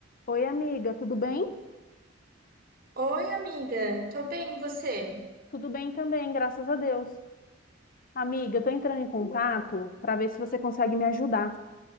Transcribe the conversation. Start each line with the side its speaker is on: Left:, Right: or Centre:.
Left: Oi, amiga, tudo bem?
Right: Oi, amiga. Tô bem, e você?
Left: Tudo bem também, graças a Deus. Amiga, eu tô entrando em contato para ver se você consegue me ajudar.